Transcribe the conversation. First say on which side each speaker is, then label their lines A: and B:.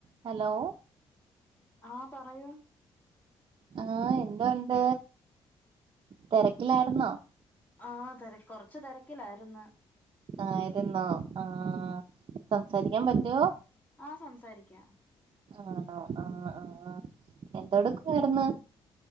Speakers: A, on the right; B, on the left.
A: Hello
B: ആ പറയൂ
A: ആ എന്തൊണ്ട് തെരക്കിലായിരുന്നോ
B: ആ തെര കൊറച്ച് തെരക്കിലാര്ന്ന്
A: ആയിരുന്നോ ആ സംസാരിക്കാൻ പറ്റുവോ
B: ആ സംസാരിക്കാം
A: ആണോ ആ ആ എന്തോ എടുക്കുവാര്ന്ന്